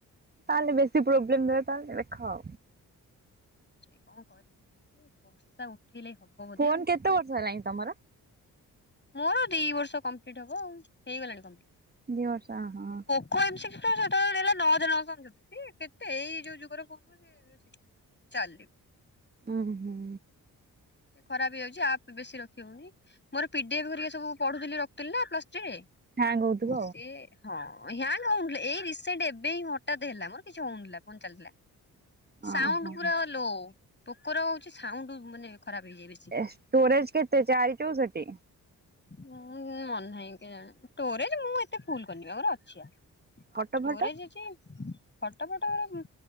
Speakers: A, on the right (about 25°); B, on the left (about 25°).
A: ତାହେଲେ ବେଶୀ ପ୍ରୋବ୍ଲେମ ହେଇଥାତା ତାହେଲେ ଦେଖ
B: ସେ କଣ କରିବେ ବର୍ଷା ଉଠେଇଲେ ହବ। ବୋଧେ
A: ଫୋନ
B: ଆଉ
A: କେତେ ବର୍ଷ ହେଲାଣି ତମର
B: ମୋର ଦି ବର୍ଷ କମ୍ପ୍ଲିଟ୍ ହବ ଆଉ ହେଇଗଲାଣି କମ୍ପ୍ଲିଟ।
A: ଦୁଇ ବର୍ଷ ହ ହଁ।
B: <unintelligible> ଚାଲୁ
A: ଓଁ ହୋଁ।
B: ଖରାପ ହେଇଯାଉଛି ଆପ ବେଶୀ ରଖି ହଉନି ମୋର ପିଡିିଏଫ୍ ସବୁ ପଢୁି ରଖୁଥିଲି ନା ପ୍ଲସ୍ ଥ୍ରୀରେ
A: ହ୍ୟାଙ୍ଗ ହଉଥିବ
B: ସେଏ ହଁ ହୟଙ୍ଗ ହଉନଥିଲା ଏଇ ରିସେଣ୍ଟ ଏବେ ହି ହଠାତ୍ ହେଲା ମୋର କିଛି ହଉନଥିଲା ଫୋନ୍ ଚାଲିଥିଲା। ସାଉଣ୍ଡ
A: ଆଉ ଓହୋ।
B: ପୁରା ଲୋ ପୋକର ହଉଛି ସାଉଣ୍ଡ ମାନେ ଖରାପ ହେଇଯାଇଏ ବେସି
A: ଷ୍ଟୋରେଜ କେତେ ଚାରି ଟୁ <unintelligible>
B: ମୋ କାଇଁ ମନେ ନାହିଁ କେଜାଣି ଷ୍ଟୋରେଜ୍ ମୁ ଏତେ ଫୁଲ କରିନି ବା ମୋର ଅଛି ଆ।
A: ଫଟୋ
B: ଷ୍ଟୋରେଜ
A: ଫଟ
B: ଅଛି ଫଟ ଫଟରା